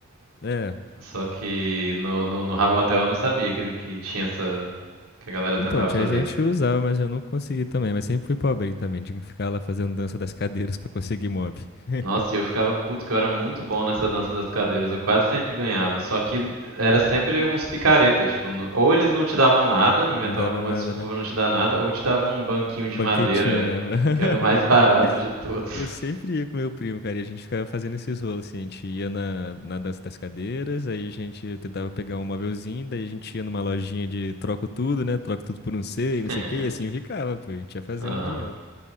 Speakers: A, on the left (about 45°); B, on the right (about 85°).
A: É.
B: Só que no, no, no Rabotel eu não sabia que, que tinha essa. que a galera tentava
A: Então, tinha
B: fazer
A: gente
B: isso.
A: que usava, mas eu não consegui também. Mas sempre fui pobrinho também. Tinha que ficar lá fazendo dança das cadeiras pra conseguir mob. <laughs>
B: Nossa, e eu ficava puto que eu era muito bom nessa dança das cadeiras, eu quase sempre ganhava, só que era sempre uns picareta, tipo, no- ou eles não te davam nada, inventavam
A: Não dava
B: alguma
A: nada,
B: desculpa
A: né?
B: pra não te dar nada, ou te davam um banquinho
A: Banquetinha.
B: de madeira,
A: <laughs>
B: que era o mais barato de todos.
A: Eu sempre ia com meu primo, cara, e a gente ficava fazendo esses rolos, assim. A gente ia na, na dança das cadeiras, aí a gente tentava pegar um mobilzinho, daí a gente ia numa lojinha de troco tudo, né? Troco tudo por um C e não
B: <laughs>
A: sei o que, e assim ficava, pô. A gente ia fazendo
B: Aham.
A: dinheiro.